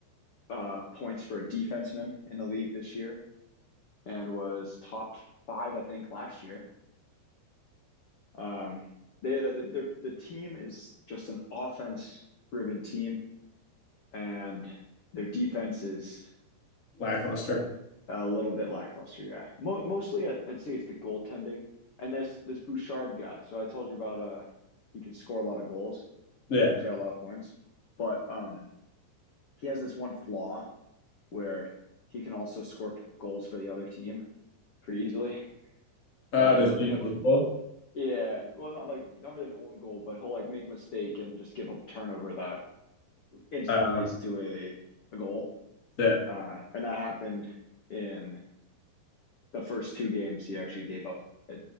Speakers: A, on the left (about 55°); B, on the left (about 25°).
A: uh, points for a defenseman in the league this year and was top five, I think, last year. Um, they the the team is just an offense driven team, and their defense is
B: Lackluster.
A: A little bit lackluster, yeah. Mo mostly, I'd, I'd say it's the goaltending and this this Bouchard guy. So I told you about uh, he can score a lot of goals
B: Yeah.
A: and he's got a lot of points, but um, he has this one flaw where he can also score p- goals for the other team pretty easily.
B: Uh
A: Uh,
B: does
A: in the
B: he
A: in the
B: own goal?
A: yeah, well, not like not really an own goal, but he'll like make a mistake and just give up a turnover that instantly
B: Uh,
A: leads to a a goal.
B: yeah.
A: Uh, and that happened in the first two games he actually gave up uh,